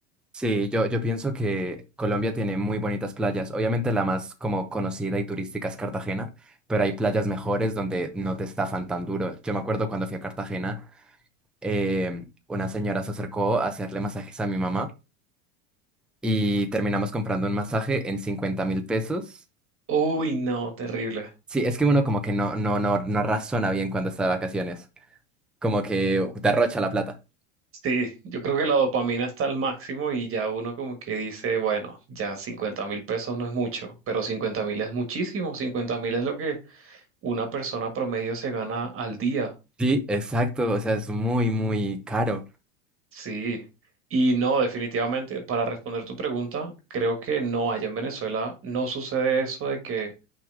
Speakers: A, in the centre; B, on the right (about 35°).
A: Sí, yo, yo pienso que Colombia tiene muy bonitas playas. Obviamente la más como conocida y turística es Cartagena, pero hay playas mejores donde no te estafan tan duro. Yo me acuerdo cuando fui a Cartagena, em, una señora se acercó a hacerle masajes a mi mamá y terminamos comprando un masaje en cincuenta mil pesos.
B: Uy, no, terrible.
A: Sí, es que uno como que no, no, no, no razona bien cuando está de vacaciones, como que derrocha la plata.
B: Sí, yo creo que la dopamina está al máximo y ya uno como que dice, bueno, ya cincuenta mil pesos no es mucho, pero cincuenta mil es muchísimo, cincuenta mil es lo que una persona promedio se gana al día.
A: Sí, exacto, o sea, es muy, muy caro.
B: Sí, y no, definitivamente, para responder tu pregunta, creo que no, allá en Venezuela no sucede eso de que